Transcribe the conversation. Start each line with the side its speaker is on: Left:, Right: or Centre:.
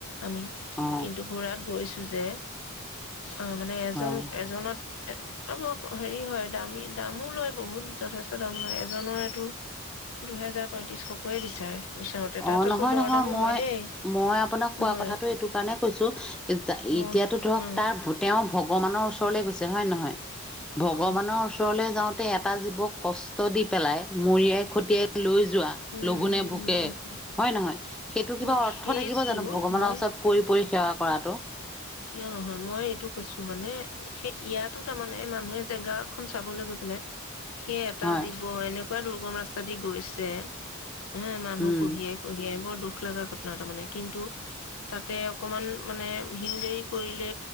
Left: আমি
Centre: অ
Left: কিন্তু ঘোঁৰাত গৈছো যে অ' মানে এজন-
Centre: হয়
Left: এজনত আ হেৰি হয় দামী দামো লয় বহুত যথেষ্ট দাম লয় এজনৰ এইটো দুহেজাৰ পইটিছখকে বিচাৰে। বিচাৰোতে তাত
Centre: অ
Left: আকৌ
Centre: নহয়
Left: দৰ
Centre: নহয়
Left: দামো
Centre: মই
Left: হয় দেই
Centre: মই আপোনাক
Left: নহয়
Centre: কোৱা কথাটো এইটো কাৰণে কৈছো এতিয়াতো
Left: মোৰ
Centre: ধৰক
Left: উম
Centre: তাৰ তেওঁ ভগৱানৰ ওচৰলৈ গৈছে হয় নহয় ভগৱানৰ
Left: অ
Centre: ওচৰলে যাওঁ এটা জীৱক কষ্ট দি পেলাই মৰিয়াই খতিয়াই লৈ যোৱা
Left: উম
Centre: লঘুনে
Left: উম
Centre: ভোকে
Left: উম উম
Centre: হয় নহয় সেইটো কিবা
Left: ন
Centre: অৰ্থ
Left: সেইটো
Centre: থাকিব জানো ভগৱানৰ
Left: মই
Centre: ওচৰত পৰি পৰি সেৱা কৰাটো
Left: কিয় নহয় মই এইটো কৈছো মানে সেই ইয়াত তাৰমানে মানুহে জেগা খন চাবলৈ গৈ পেলাই সেই এটা
Centre: হয়
Left: জীৱ এনে কা দুৰ্গম ৰাস্তা দি গৈছে উ মানুহ
Centre: উম
Left: কহিয়াই কহিয়াই বৰ দুখ লগা ঘটনা তটা মানে কিন্তু তাতে অকমান মানে হিল দেৰি কৰিলে